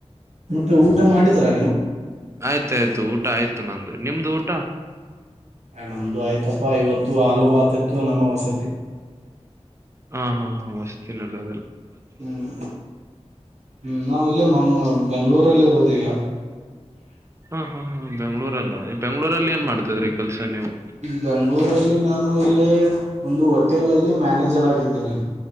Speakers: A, on the right; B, on the right.
A: ಮತ್ತೆ ಊಟ ಮಾಡಿದ್ರಾ
B: ಆಯ್ತಾಯ್ತು ಊಟ ಆಯ್ತು. ನಂದು ನಿಮ್ದು ಊಟ
A: ಆ ನಮ್ದು ಆಯ್ತಪ್ಪ ಇವತ್ತು. ತ್ತು ಆಲೂ ಬಾತ್ ಇತ್ತು ನಮ್ಮ ಓಸು.
B: ಹಾ ಹಾ ಹಾ ಮಸ್ತತಿ ನಲ್ಲಿ.
A: ಹ್ಮ್ ಹ್ಮ್ ನಾವ ಇಲ್ಲೇ ಮಂಗ ಬೆಂಗಳೂರಲ್ಲಿ ಇರೋದ ಈಗ.
B: ಹಾ ಹಾ ಹ ಬೆಂಗ್ಳೂರಲ್ಲ ಬೆಂಗ್ಳೂರಲ್ಲಿ ಏನ್ ಮಾಡ್ತದ್ರೀ ಈ ಕೆಲ್ಸ ನೀವು.
A: ಬೆಂಗಳೂರಲ್ಲಿ ನಾನು ಇಲ್ಲಿ ಒಂದು ಹೋಟೆಲಲ್ಲಿ ಮ್ಯಾನೇಜರ್ ಆಗಿದ್ದೇನೆ.